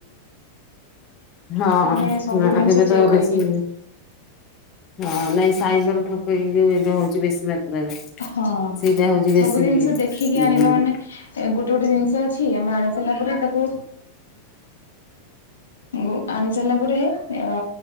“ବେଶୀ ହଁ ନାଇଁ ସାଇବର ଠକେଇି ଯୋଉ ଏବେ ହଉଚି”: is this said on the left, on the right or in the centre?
Left